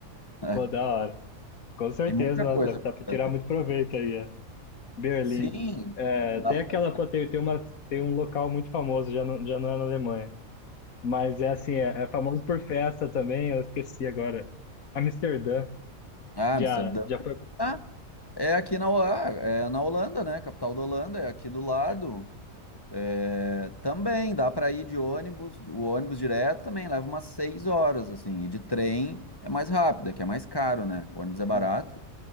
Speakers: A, on the left; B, on the left.
A: É,
B: pô, da hora. Com certeza,
A: tem muita
B: nossa,
A: coisa
B: deve dar para tirar
A: pra fazer.
B: muito proveito aí, é. Berlim.
A: Sim,
B: É,
A: dá,
B: tem aquela, pô, tem, tem uma, tem um local muito famoso, já não, já não é na Alemanha, mas é assim, é, é famoso por festa também, eu esqueci agora. Amsterdã,
A: ah,
B: já,
A: Amsterdã.
B: já foi,
A: Ah, é aqui na, Ho- ah, é na Holanda, né? Capital da Holanda, é aqui do lado.
B: é,
A: É, também dá para ir de ônibus, o ônibus direto também leva umas seis horas, assim, e de trem é mais rápido, é que é mais caro, né? O ônibus é barato,
B: sim,